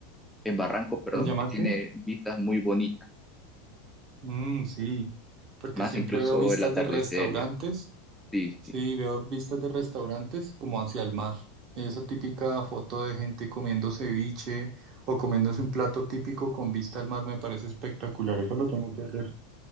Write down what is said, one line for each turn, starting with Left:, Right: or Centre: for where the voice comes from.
Centre: en Barranco, perdón,
Right: ¿se llama
Centre: que
Right: así?
Centre: tiene vistas muy bonitas,
Right: Mm, sí, porque
Centre: más
Right: siempre
Centre: incluso
Right: veo vistas
Centre: el atardecer
Right: de restaurantes,
Centre: y así. Sí,
Right: sí,
Centre: sí.
Right: veo vistas de restaurantes como hacia el mar. Esa típica foto de gente comiendo ceviche o comiéndose un plato típico con vista al mar me parece espectacular, eso lo tengo que hacer.